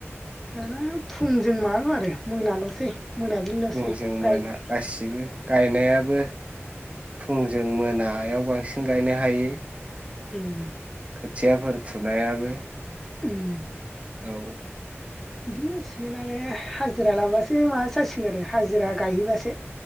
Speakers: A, in the centre; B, on the right.
A: दाना फुंजों माबाल' आरो मोनाल'सै मोनाबिलिल'सै
B: फुंजों
A: गायनो
B: मोना गासिबो गायनायाबो फुंजों मोनायाव बांसिन गायनो हायो।
A: ओम
B: खोथियाफोर फुनायाबो
A: उम
B: औ
A: बिदिनो जासिगोन आरो हाजिरा लाबासो माबा जासिगोन आरो हाजिरा गायहैबासो